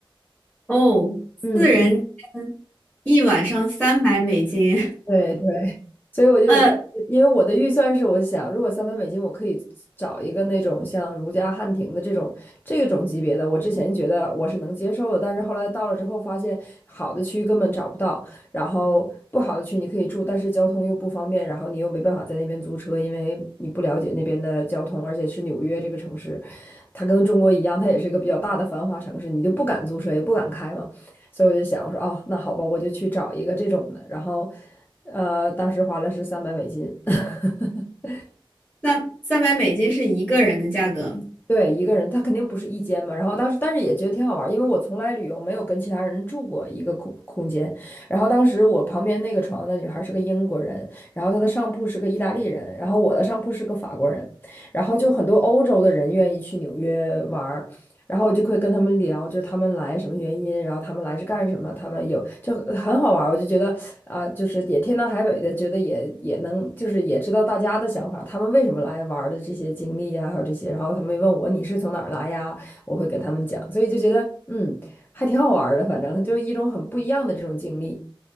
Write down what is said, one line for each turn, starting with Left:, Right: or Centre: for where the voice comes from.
Centre: 哦，四人间
Left: 嗯嗯
Centre: 一晚上三百美金，
Left: 对 <laughs> 对，所以我就当时
Centre: <laughs> 呃，
Left: <laughs> 因为我的预算是，我想如果三百美金，我可以找一个那种像如家、汉庭的这种这种级别的，我之前觉得我是能接受的，但是后来到了之后发现，好的区根本找不到，然后不好的区你可以住，但是交通又不方便，然后你又没办法在那边租车，因为你不了解那边的交通，而且是纽约这个城市，它跟中国一样，它也是一个比较大的繁华城市，你就不敢租车，也不敢开嘛。所以我就想，我说哦，那好吧，我就去找一个这种的。然后，呃，当时花了是三百美金，<laughs>
Centre: 三三百美金是一个人的价格。
Left: 对，一个人，他肯定不是一间嘛。然后当时，但是也觉得挺好玩儿因为我从来旅游没有跟其他人住过一个空空间。然后当时我旁边那个床的女孩是个英国人，然后她的上铺是个意大利人，然后我的上铺是个法国人，然后就很多欧洲的人愿意去纽约玩。然后我就会跟他们聊，就是他们来什么原因，然后他们来是干什么，他们有就很好玩儿我就觉得啊、就是也天南海北的，觉得也也能，就是也知道大家的想法，他们为什么来玩儿的这些经历呀，还有这些，然后他们问我你是从哪儿来呀，我会给他们讲，所以就觉得嗯，还挺好玩儿的，反正就一种很不一样的这种经历，